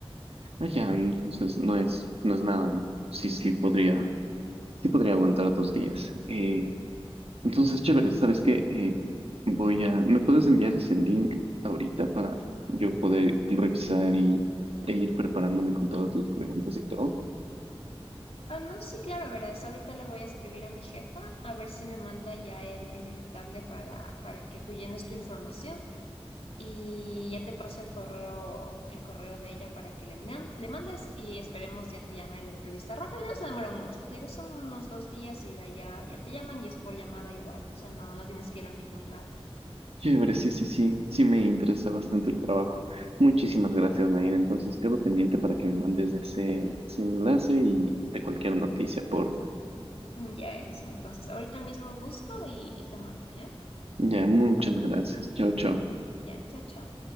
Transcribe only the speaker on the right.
ah, ya, entonces no es, no es nada. Sí, sí, podría Sí podría aguantar dos días. Eh, entonces, chévere, ¿sabes qué? Eh, voy a... ¿Me puedes enviar ese link ahorita para yo poder revisar y, e ir preparándome con todas las preguntas y todo?
Chévere, sí, sí, sí. Sí me interesa bastante el trabajo. Muchísimas gracias, Nair. Entonces, quedo pendiente para que me mandes ese, ese enlace y de cualquier noticia, por
Ya, muchas gracias. Chao, chao.